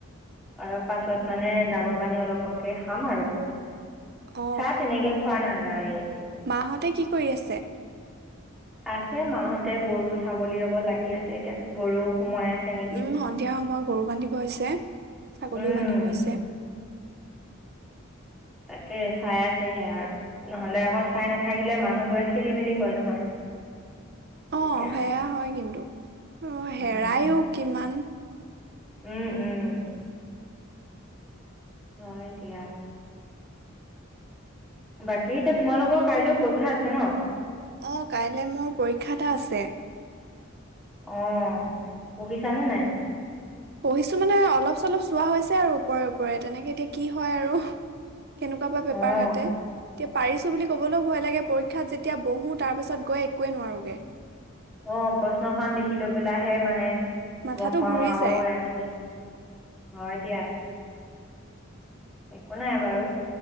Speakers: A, in the centre; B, on the right (about 50°).
A: অলপ পাছত মানে ডাবৰ পানী অলপকে খাম আৰু।
B: অ
A: চ তেনেক খ খোৱা নযায়।
B: মাহঁতে কি কৰি আছে?
A: আছে মাহতে গৰু ছাগলী ল'ব লাগি আছে এতিয়া গৰু সোমাই আছে। নেকি
B: উম সন্ধিয়া সময়ত গৰু বান্ধিব হৈছে, ‌ ছাগলীও
A: উম
B: বান্ধিব হৈছে।
A: তাকে চাই আছে সেয়া আৰু নহলে আকৌ চাই নাথাকিলে মানুহবোৰে খেলি মেলি কয় নহয় তেতিয়া
B: অ' সেয়া হয় কিন্তু অ'
A: উম
B: হেৰাইো কিমান।
A: উম উম। অ' এতিয়া বাকী এতিয়া তোমালোকৰ কাইলৈও পৰীক্ষা আছে ন?
B: অ' কাইলৈ মোৰ পৰীক্ষা এটা আছে।
A: অ' পঢ়িছানে নাই?
B: পঢ়িছো মানে অলপ চলপ চোৱা হৈছে আৰু ওপৰে ওপৰে তেনেকে এতিয়া কি হয় আৰু কেনেকুৱা বা পেপাৰ
A: অঁ
B: কাটে তেতিয়া পাৰিছো বুলি কবলৈও ভয় লাগে পৰীক্ষাত যেতিয়া বহো তাৰ পিছত গৈ একোৱে নোৱাৰোগে।
A: অ' প্ৰশ্নখন দেখি লৈ পেলাহে মানে
B: মাথাটো
A: গম পাও
B: ঘূৰি
A: অ'
B: যায়।
A: আৰু হয় দিয়া। একো নাই বাৰু